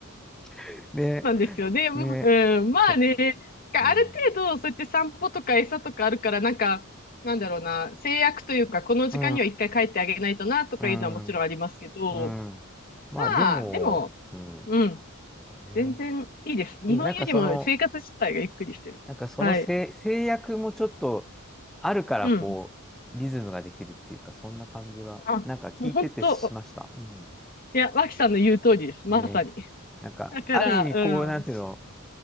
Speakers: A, in the centre; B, on the left.
A: <laughs> ね、
B: なんですよね。もううん、
A: ね、
B: まあね、
A: そ
B: ある程度、
A: うん、う
B: そうやって散歩とか餌とかあるから、なんか、なんだろうな、制約というか、この時間には一回帰ってあげないとな、
A: ん、
B: とかいうのはもちろんありますけど、
A: うん、うん。まあ、
B: まあ、
A: でも、
B: でも、
A: うん、
B: うん、
A: そうだね。
B: 全然いいです。日本よりも生活自体がゆっくりしてる。
A: でも、なんかその、なんかその制、
B: はい。
A: 制約もちょっとあるから、
B: うん。
A: こう、リズムができるっていうか、そんな感じは、
B: あ、
A: なんか聞いててしました。
B: もう本当、
A: うん。
B: いや、脇さんの言う通りです。まさに。
A: ね、なんか、
B: だから、
A: ある意味、こう、なんていうの、
B: うん、